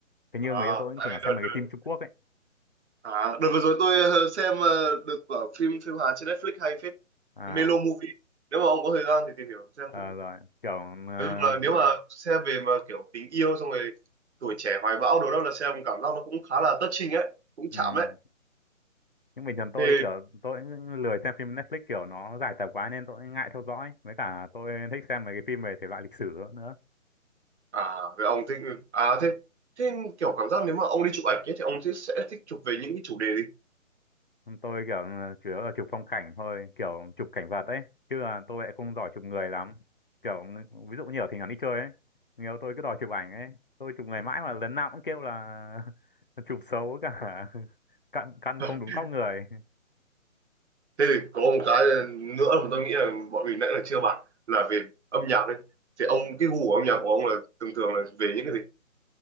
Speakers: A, on the left (about 45°); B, on the right (about 55°).
A: Thế như
B: à
A: người yêu tôi cũng
B: tại
A: thỉnh thoảng
B: vì
A: xem
B: đợt
A: mấy cái
B: đợt,
A: phim Trung Quốc ấy.
B: à, đợt vừa rồi tôi ờ, xem ờ, được ở phim phim Hàn trên Netflix hay phết
A: À
B: Melo Movie nếu mà ông có thời gian thì tìm hiểu xem
A: Ờ
B: thử
A: rồi kiểu ờ,
B: Nói chung nếu mà xem về mà kiểu tình yêu xong rồi tuổi trẻ hoài bão đồ đó là xem cảm giác nó cũng khá là touching ấy, cũng
A: ừm.
B: chạm ấy.
A: nhưng bình thường tôi
B: Thì
A: kiểu tôi cũng lười xem phim Netflix kiểu nó dài tập quá nên tôi ngại theo dõi với cả tôi thích xem mấy cái phim về thể loại lịch sử nữa
B: à về ông thích ừ, à thế thế kiểu cảm giác nếu mà ông đi chụp ảnh ấy thì ông sẽ sẽ thích chụp về những cái chủ đề gì?
A: tôi kiểu ờ, chủ yếu là chụp phong cảnh thôi kiểu chụp cảnh vật ấy chứ là tôi lại không giỏi chụp người lắm kiểu ví dụ như ở thỉnh thoảng đi chơi ấy nhiều tôi cứ đòi chụp ảnh ấy tôi chụp người mãi mà lần nào cũng kêu là <laughs> chụp xấu cả <laughs> căn căn
B: <laughs>
A: không đúng góc người
B: Thế thì có một cái nữa mà tôi nghĩ là bọn mình nãy là chưa bàn là về âm nhạc đấy. Thì ông cái gu của âm nhạc của ông là thường thường là về những cái gì?